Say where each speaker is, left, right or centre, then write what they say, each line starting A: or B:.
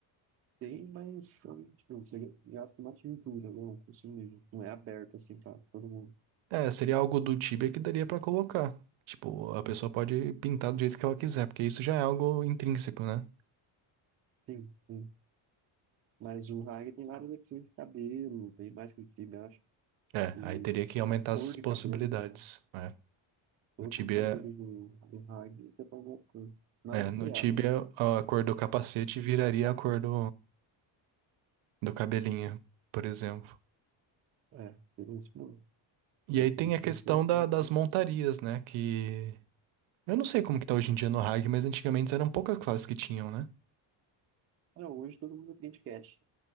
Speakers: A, on the right; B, on the right.
A: Tem, mas também, tipo, você gasta uma tintura, né? Um consumível. Não é aberto assim pra todo mundo.
B: É, seria algo do Tibia que daria pra colocar. Tipo, a pessoa pode pintar do jeito que ela quiser, porque isso já é algo intrínseco, né?
A: Sim, sim. Mas o Hag tem várias opções de cabelo, bem mais que o time, eu acho.
B: É,
A: E
B: aí teria que aumentar
A: de cor
B: as
A: de
B: possibilidades.
A: cabelo também.
B: É.
A: Todos
B: O Tibia,
A: os cabelos do, do Hag você pode mudar de cor. Na
B: é,
A: hora de
B: no
A: criar,
B: Tibia
A: né?
B: a cor do capacete viraria a cor do, do cabelinho, por exemplo.
A: É, seria isso, mano.
B: E
A: Vou
B: aí
A: ter
B: tem
A: que
B: a
A: sempre
B: questão da-
A: optar.
B: das montarias, né? Que Eu não sei como que tá hoje em dia no RAG, mas antigamente eram poucas classes que tinham, né?
A: Ah, hoje todo mundo tem de cat.